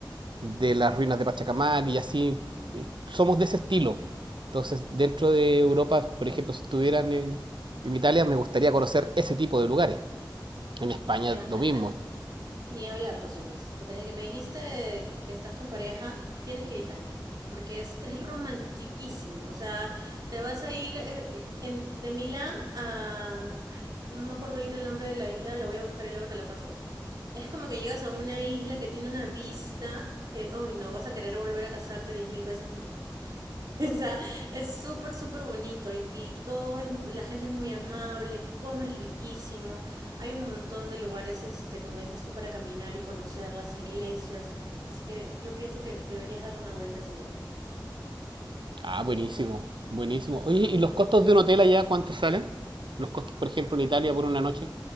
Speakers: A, on the right; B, on the right.
A: de las ruinas de Pachacamac y así, eh, somos de ese estilo. Entonces, dentro de Europa, por ejemplo, si estuvieran en, en Italia, me gustaría conocer ese tipo de lugares. En España
B: Ya,
A: lo
B: ent-
A: mismo,
B: ent- ni hablar, José Luis. Desde que me dijiste que estás con pareja, tienes que ir a Italia, porque es, es romantiquísimo. O sea, te vas a ir eh, eh, en- de Milán a... mm, ay, no me acuerdo ahorita el nombre de la isla, la voy a buscar y luego te la paso. Es como que llegas a una isla que tiene una vista que, uy, no, vas a querer volver a casarte diez mil veces con tu esposo. <laughs> O sea, es súper, súper bonito y, y todo es, la gente es muy amable, comes riquísimo, hay un montón de lugares, este, como dices tú, para caminar y conocer las iglesias, así que yo pienso que deberías darle una vuelta a ese lugar.
A: Ah, buenísimo, buenísimo. Oye, ¿y los costos de un hotel allá cuántos salen? Los costos, por ejemplo, en Italia por una noche.